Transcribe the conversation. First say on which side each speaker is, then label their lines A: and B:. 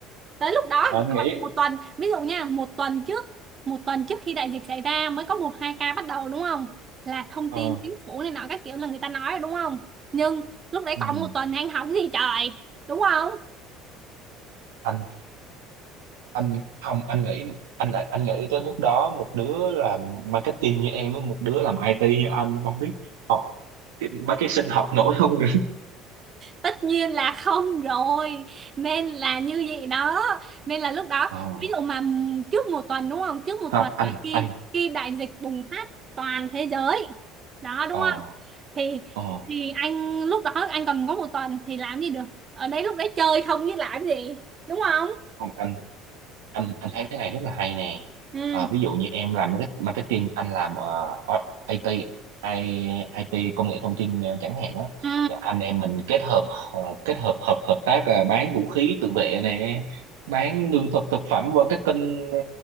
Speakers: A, on the right (about 35°); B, on the right (about 80°).
A: tới lúc đó
B: anh
A: còn
B: nghĩ
A: một tuần ví dụ nha một tuần trước một tuần trước khi đại dịch xảy ra mới có một hai ca bắt đầu đúng không là thông
B: ờ,
A: tin chính phủ này nọ các kiểu là người ta nói rồi đúng không nhưng lúc đấy
B: ừ.
A: còn một tuần anh hóng gì trời đúng không
B: anh anh không anh nghĩ anh anh nghĩ tới lúc đó một đứa làm marketing như em với một đứa làm IT như anh không biết học cái- mấy cái sinh học nổi không nữa
A: tất nhiên là không rồi nên là như vậy đó nên là lúc đó
B: Ờ.
A: ví dụ mà m- trước một tuần đúng không trước một
B: không
A: tuần
B: anh
A: là khi
B: anh
A: khi đại dịch bùng phát toàn thế giới đó đúng
B: ờ
A: không thì
B: ờ
A: thì anh lúc đó anh còn có một tuần thì làm gì được ở đấy lúc đấy chơi không chứ làm gì đúng không
B: không anh anh anh thấy cái này rất là hay nè
A: ừ
B: Ờ, ví dụ như em làm market- marketing anh làm ờ, ờ, IT I, IT công nghệ thông tin ờ, chẳng hạn á
A: ừ
B: Thì anh em mình kết hợp ờ, kết hợp hợp hợp tác là bán vũ khí tự vệ nè bán lương thực thực phẩm qua các kênh ờ,